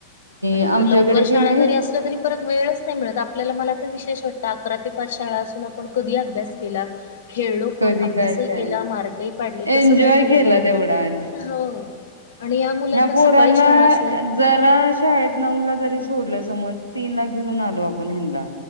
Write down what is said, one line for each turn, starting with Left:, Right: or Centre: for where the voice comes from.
Left: आणि
Right: आमच्याकडे
Left: एक तर लवकर
Right: की
Left: शाळा
Right: नाही
Left: जरी असल्या तरी परत वेळच नाही मिळत आपल्याला मला तर विशेष वाटतय अकरा ते पाच शाळा असून आपण कधी अभ्यास केला? खेळलो
Right: कधी
Left: पण अभ्यासही
Right: काय काय
Left: केला मार्कही पाडले कसं
Right: एन्जॉय
Left: काय केलं
Right: केला
Left: काय माहित
Right: तेवढा
Left: हो आणि या मुलांना
Right: पोरना
Left: सकाळी शाळा असून
Right: जरा शाळेत नऊला जरी सोडल समज तीनदा घेऊन‌ आलो आपण हेणला